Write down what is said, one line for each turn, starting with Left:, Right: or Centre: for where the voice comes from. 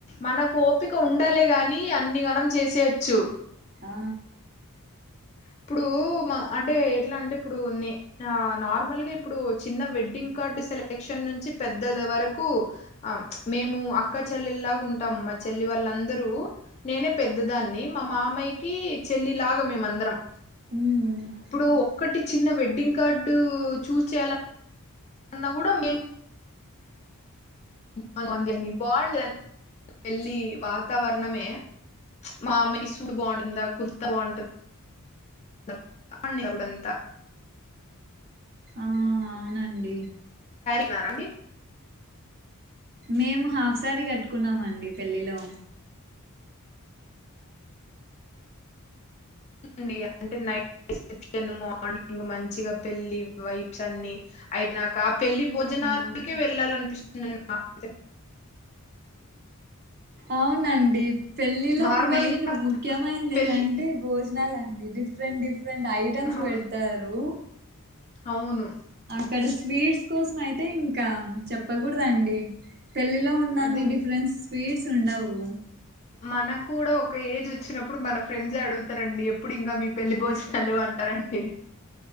Left: మనకు ఓపిక ఉన్ ఉండాలే గాని అన్ని గనం చేసెయోచ్చు
Right: ఆ
Left: ఇప్పుడు మ అంటే ఎట్లా అంటే ఇప్పుడు నే న నార్మల్గా ఇప్పుడు చిన్న వెడ్డింగ్ కార్డు సెలక్షన్ నుంచి పెద్దది వరకు అహ్ మేము అక్క చెల్లెల్లాగా ఉంటాం మ చెల్లి వాళ్ళందరూ నేనే పెద్దదాన్ని మా మామయ్య కి చెల్లి లాగా మేమందరం
Right: ఉమ్
Left: ఇప్పుడు ఒక్కటి చిన్న వెడ్డింగ్ కార్డు చూస్ చేయాల న్న గుడా మేం బావుంది బాండ్ పెళ్లి వాతావరణమే మా అమ్మేకి సూట్ బాగుంటుందా కుర్తా బాగుంటుంద కుడంతా
Right: ఆ అవునండి
Left: న్నారా అండి
Right: మేము హాఫ్ సారి కట్టుకున్నామండి పెళ్ళిలో
Left: అండి అంటే నై రిసెప్షన్ మార్నింగ్ మంచిగా పెళ్లి వైబ్స్ అన్ని అయిప్నాక ఆ పెళ్లి భోజ నాకే
Right: అవునండి
Left: వెళ్ళాలనిపిస్తు మాకు అయితేయ్
Right: అవునండి పెళ్ళిలో
Left: నార్మల్
Right: మెయిన్
Left: గా
Right: ముఖ్యమైంది
Left: పెళ్లి
Right: ఏదంటే భోజనాలండి డిఫరెంట్ డిఫ్ రెంట్ ఐటమ్స్
Left: అవును
Right: వెడ్తారు
Left: అవును
Right: క్కడ స్వీట్స్ కోసం అయితే ఇంకా చెప్పగుడదండి పెళ్ళిలో ఉండన్ని
Left: అదే
Right: డిఫరెంట్ స్వీట్స్ ఉండవు
Left: మనకు కూడా ఒక ఏజ్ వచ్చినప్పుడు మన ఫ్రెండ్స్ ఏ అడుగుతరండి ఎప్పుడు ఇంకా మీ పెళ్లి భోజనాలు అంట్ రండి